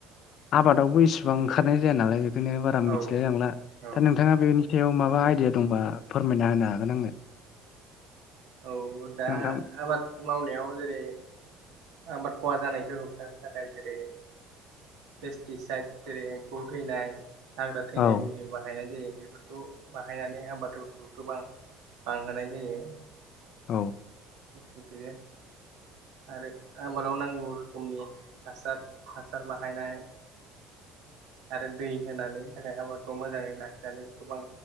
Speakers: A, on the left (about 50°); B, on the right (about 75°).
A: आबादावबो इसिबां ओंखारनाय जाया नालाय बेखायनो बारा मिथिलाय
B: औ
A: लांला दा
B: औ
A: नों नोंथाङा बेनि सायाव माबा आइडिया दंबा फोरमायना होनो हागोन आंनो
B: औ दा
A: नोंथां
B: आबाद मावनायाव जेरै आबाद खहा जानायखौ होबथानो थाखाय जेरै पेस्टिसाइद जेरै एम्फौ थैनाय हाग्रा थैनाय
A: औ
B: मुलि बाहायनाय जायो बेफोर खौ बाहायनानै आबादफोरखौ गोबां बांहोनाय जायो
A: औ
B: बेदिनो आरो आबादाव नांगौ रोखोमनि हासार हासार बाहायनाय आरो दै होनानै आबादखौ मोजाङै लाखिनानै गोबां